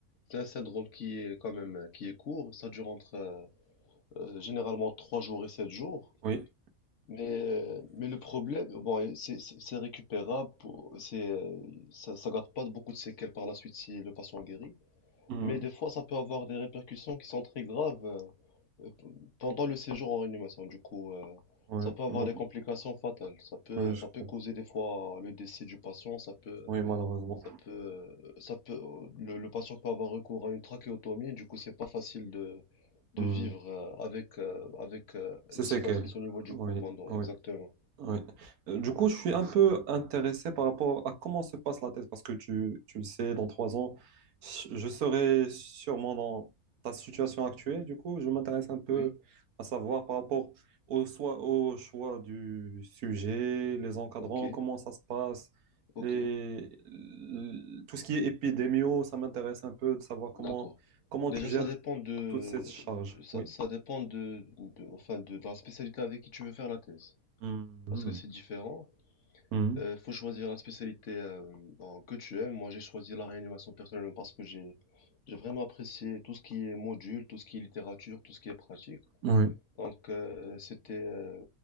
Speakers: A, on the left; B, on the right.
A: c'est un syndrome qui est quand même euh, qui est court. Ça dure entre euh, euh, généralement 3 jours et 7 jours.
B: oui.
A: Mais, euh, mais le problème, bon, et c'est c'est- c'est récupérable, pour- c'est, euh, ça ne garde pas beaucoup de séquelles par la suite si le patient guérit,
B: Hmm.
A: mais des fois ça peut avoir des répercussions qui sont très graves euh, euh, p- pendant le séjour en réanimation. Du coup, euh,
B: Ouais,
A: ça peut avoir
B: ouais.
A: des complications fatales. Ça peut,
B: Ouais, je
A: ça peut
B: comprends.
A: causer des fois le décès du patient, ça peut,
B: Oui, malheureusement.
A: ça peut, euh, ça peut, le, le patient peut avoir recours à une trachéotomie, du coup c'est pas facile de, de
B: Hmm.
A: vivre euh, avec, euh, avec euh,
B: C'est
A: une
B: séquelles.
A: cicatrice au niveau du
B: Oui,
A: cou pendant,
B: oui,
A: exactement.
B: oui. Euh, Du coup, je suis un peu intéressé par rapport à comment se passe la thèse, parce que tu, tu le sais, dans trois ans, je je serai sûrement dans ta situation actuelle. Du coup, je m'intéresse un peu
A: Oui,
B: à savoir par rapport au, soi- au choix du sujet, les encadrants,
A: ok,
B: comment ça se passe,
A: ok,
B: les, l- tout ce qui est épidémio, ça m'intéresse un peu de savoir comment,
A: d'accord.
B: comment
A: Déjà,
B: tu gères
A: ça dépend de,
B: toute cette charge.
A: ça,
B: Oui.
A: ça dépend de, de- enfin, de, de la spécialité avec qui tu veux faire la thèse,
B: Mhm.
A: parce que c'est différent.
B: Mhm.
A: Il faut choisir la spécialité euh, bon, que tu aimes. Moi, j'ai choisi la réanimation personnellement parce que j'ai, j'ai vraiment apprécié tout ce qui est module, tout ce qui est littérature, tout ce qui est pratique.
B: Oui.
A: Donc, euh, c'était, euh,